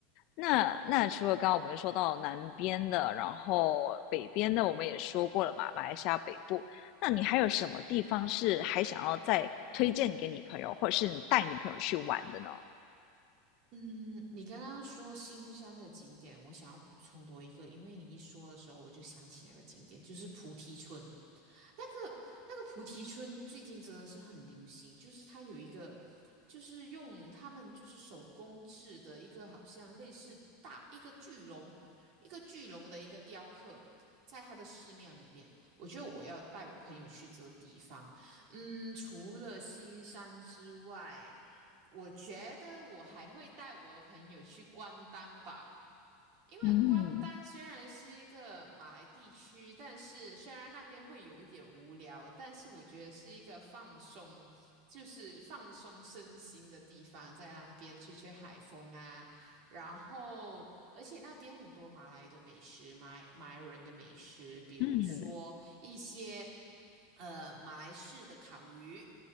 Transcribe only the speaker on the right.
嗯，你刚刚说新山的景点，我想要补充多一个，因为你一说的时候，我就想起那个景点，就是菩提村。那个那个菩提村最近真的是很流行，就是它有一个，就是用他们就是手工制的一个好像类似大一个巨龙，一个巨龙的一个雕刻，在它的寺庙里面。我觉得我要带我朋友去这个地方。嗯，除了新山之外，我觉得我还会带我的朋友去关丹吧。因为关丹虽然是一个马来地区，
但是虽然那边会有一点无聊，但是我觉得是一个放松，就是放松身心的地方，在那边吹吹海风啊，然后而且那边很多马来的美食，马来马来人的美食，比如说一些
呃马来式的烤鱼，